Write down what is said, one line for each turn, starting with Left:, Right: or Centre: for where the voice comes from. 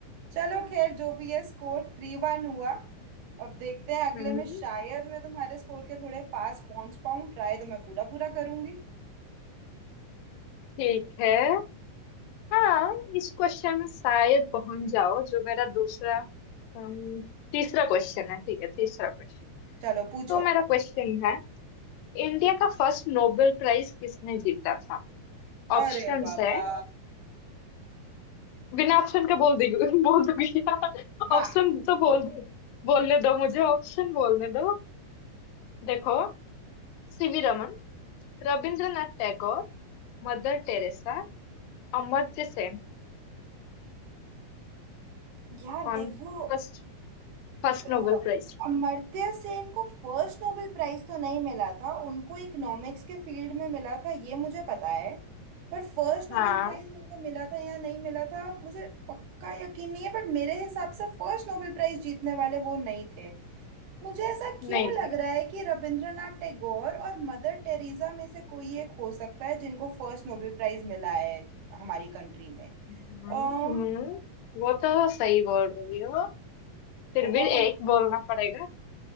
Right: चलो खैर जो भी है स्कोर थ्री वन हुआ अब देखते हैं अगले
Left: हम्म,
Right: में शायद मैं तुम्हारे स्कोर के थोड़े पास पहुंच पाऊं ट्राई तो मैं पूरा पूरा करूंगी
Left: ठीक है हाँ इस क्वेश्चन में शायद पहुंच जाओ जो मेरा दूसरा अम, तीसरा क्वेश्चन है ठीक है तीसरा क्वेश्चन
Right: चलो पूछो
Left: तो मेरा क्वेश्चन है इंडिया का फर्स्ट नोबेल प्राइज किसने जीता था ऑप्शंस
Right: अरे बाबा
Left: है बिना ऑप्शन के बोल दी <laughs> बोल दूंगी
Right: वाह
Left: ऑप्शन तो बोल दो बोलने दो मुझे ऑप्शन बोलने दो देखो C V Raman Rabindranath Tagore Mother Teresa Amartya Sen
Right: यार
Left: कौन
Right: देखो
Left: First first
Right: तो
Left: Nobel prize
Right: अमर्त्य सेन को फर्स्ट नोबेल प्राइज तो नहीं मिला था उनको इकोनॉमिक्स के फील्ड में मिला था ये मुझे पता है पर फर्स्ट नोबेल
Left: हाँ
Right: प्राइज उनको मिला था या नहीं मिला था मुझे पक्का यकीन नहीं है बट मेरे हिसाब से फर्स्ट नोबेल प्राइज जीतने वाले वो नहीं थे मुझे ऐसा
Left: नहीं
Right: क्यों लग
Left: थे
Right: रहा है कि रविंद्रनाथ टैगोर और मदर टेरेसा में से कोई एक हो सकता है जिनको फर्स्ट नोबेल प्राइज मिला है हमारी कंट्री में
Left: हम्म
Right: um,
Left: हम्म, वो तो सही बोल रही हो फिर
Right: um,
Left: भी एक बोलना पड़ेगा